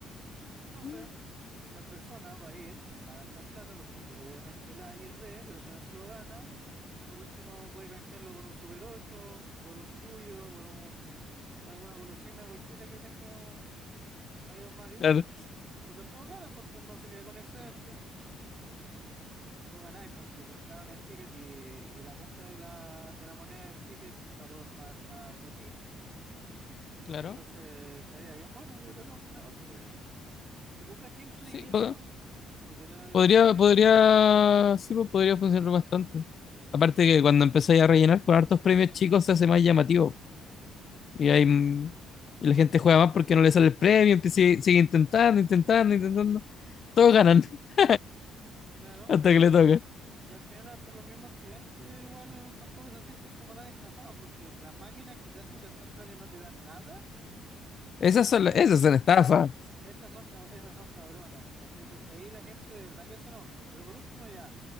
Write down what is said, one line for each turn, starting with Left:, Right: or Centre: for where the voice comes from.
Right: Entonces,
Left: Mm,
Right: la persona va a ir, va a gastar plata porque quiere obviamente el A y el B, pero si no se lo gana, por último, puede canjearlo por un Super 8 por un tuyo, por un, alguna golosina cualquiera que tenga ahí Don Mario.
Left: Claro,
Right: Entonces todos ganan porque él no se queda con excedente. Todos ganáis porque compraron el ticket y, y la compra de la, de la moneda del ticket va, por- va- va hacia ti.
Left: claro.
Right: Entonces estaría bien bueno. Yo creo que es un negocio que, que poca gente diría
Left: Sí, po-
Right: que no, porque le da demasiados
Left: podría,
Right: beneficios.
Left: podría, sí, po, podría funcionar bastante. Aparte que cuando empezáis a rellenar con hartos premios chicos se hace más llamativo. Y hay, mm, y la gente juega más porque no le sale el premio, empie- sigue, sigue intentando, intentando, intentando. Todos ganan <laughs>
Right: Claro.
Left: hasta que le toca.
Right: Y, eh, y al final hasta los mismos clientes igual tampoco se sienten como tan estafados porque las máquinas que te hacen gastar plata y no te dan nada,
Left: Esas
Right: ahí como
Left: son,
Right: que
Left: la-
Right: la
Left: esas
Right: gente,
Left: son estafas.
Right: estas son, cab- esas son cabronas, pues, ¿cachai? Porque ahí la gente de verdad que se enoja. Pero por último ya,